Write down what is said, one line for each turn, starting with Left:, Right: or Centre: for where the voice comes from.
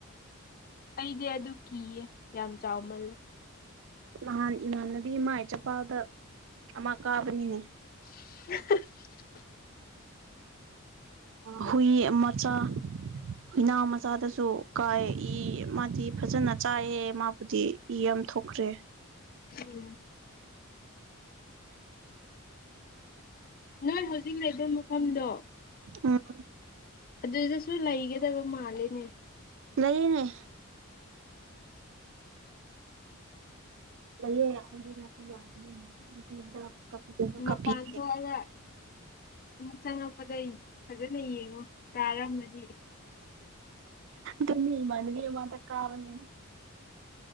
Left: ꯑꯩꯗꯤ ꯑꯗꯨ ꯀꯤꯌꯦ ꯌꯥꯝ ꯆꯥꯎꯃꯜꯂꯦ
Right: ꯅꯍꯥꯟ ꯏꯃꯥꯟꯅꯕꯤ ꯏꯃꯥ ꯏꯆꯥꯄꯥꯗ ꯑꯃ ꯀꯥꯕꯅꯤꯅꯦ
Left: <inaudible>
Right: ꯍꯨꯏ ꯃꯆꯥ ꯍꯨꯏꯅꯥ ꯃꯆꯥꯗꯁꯨ ꯀꯥꯏ ꯏ ꯃꯥꯗꯤ ꯐꯖꯅ ꯆꯥꯏꯑ ꯃꯥꯕꯨꯗꯤ ꯏ ꯊꯣꯛꯈ꯭ꯔꯦ
Left: ꯎꯝ ꯅꯣꯏ ꯍꯧꯖꯤꯛ ꯂꯩꯕ ꯃꯐꯝꯗꯣ
Right: ꯑꯥ
Left: ꯑꯗꯨꯗꯁꯨ ꯂꯩꯒꯗꯕ ꯃꯥꯂꯦꯅꯦ
Right: ꯂꯩꯌꯦꯅꯦ ꯂꯩꯌꯦ ꯑꯩꯈꯣꯏꯗꯤ ꯅꯥꯄꯤ ꯌꯥꯝꯕꯅꯤꯅ ꯅꯄꯤ ꯍꯤꯗꯥꯛ ꯀꯥꯄꯤꯗꯧꯗꯣ
Left: ꯃꯄꯥꯟ
Right: ꯀꯄꯤꯗꯦ
Left: ꯊꯣꯛꯑꯒ ꯑꯃꯨꯛ ꯆꯪꯉꯛꯄꯗꯩ ꯐꯖꯅ ꯌꯦꯡꯉꯣ ꯀꯥꯔꯝꯃꯗꯤ
Right: ꯇꯅꯤ ꯃꯥꯅꯕꯤ ꯑꯣꯃ ꯇ ꯀꯥꯕꯅꯤ